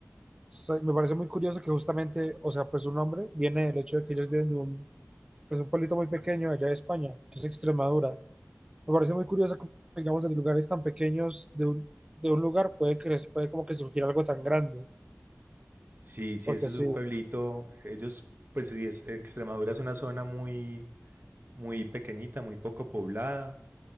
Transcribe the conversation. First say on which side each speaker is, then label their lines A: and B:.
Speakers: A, on the right (about 15°); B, on the right (about 45°).
A: Soy- Me parece muy curioso que justamente, o sea, pues su nombre viene del hecho de que ellos vienen de un, pues un pueblito muy pequeño allá de España, que es Extremadura. Me parece muy curioso que, digamos, de lugares tan pequeños de un, de un lugar puede cre- puede como que surgir algo tan grande,
B: Sí, sí,
A: porque
B: eso es
A: sí,
B: un pueblito. Ellos, pues sí, es, Extremadura es una zona muy, muy pequeñita, muy poco poblada,